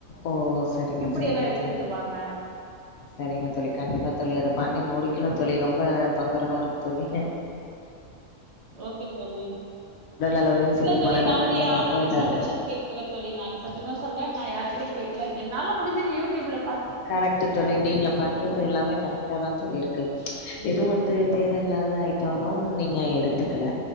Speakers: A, on the left (about 80°); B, on the right (about 60°).
A: ஓ சரிங்க
B: இப்டி
A: சரிங்க
B: எல்லா எடுத்துட்டு
A: தோலி
B: வாங்க
A: சரிங்க தோலி கண்டிப்பா தோலி அத பண்ணி முடிக் கணும் தோலி ரொம்ப தொந்தரவா இருக்கு தோலி
B: ஓகே தோலி
A: அளவுலயும்
B: இல்ல
A: சரி
B: தோலி
A: மனதளவுலயும்
B: நான் வந்து யாருகிட்ட
A: ரொம்ப இதா
B: சஜஷன்
A: இருக்கே
B: கேக்கல தோலி நானு சத்தியமா சொல்றன் நான் யாருகிட்டையும் கேக்கள என்னால முடிஞ்சது யூ டியூப்ல
A: கரெக்ட் தோலி நீங்க பண்றது எல்லாமே கரெக்டா தான் தோலி இருக்கு எதுவும்
B: இது
A: வந்து தேவையில் ல ஐட்டம்லாம் நீங்க எடுத்துக்கல